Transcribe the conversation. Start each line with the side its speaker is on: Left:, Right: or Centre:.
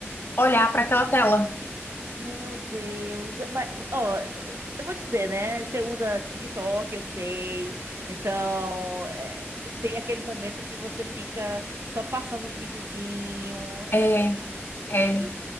Left: olhar pra aquela tela.
Right: Meu Deus, mas ó, eu vou dizer, né? Você usa TikTok, eu sei. Então, é, tem aquele momento que você fica só passando os videozinhos.
Left: É, é,
Right: tem que.